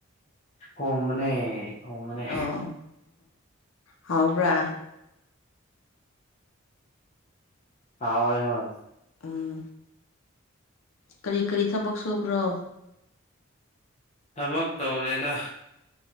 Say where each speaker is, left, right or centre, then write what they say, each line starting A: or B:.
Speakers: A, on the left; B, on the left.
A: ꯊꯣꯡꯕꯅꯦ ꯊꯣꯡꯕꯅꯦ
B: ꯑꯣ ꯍꯥꯎꯕ꯭ꯔꯥ
A: ꯍꯥꯎꯋꯦ ꯍꯣꯏ
B: ꯎꯝ ꯀꯔꯤ ꯀꯔꯤ ꯊꯕꯛ ꯁꯨꯕ꯭ꯔꯣ
A: ꯊꯕꯛ ꯇꯧꯗꯦꯗ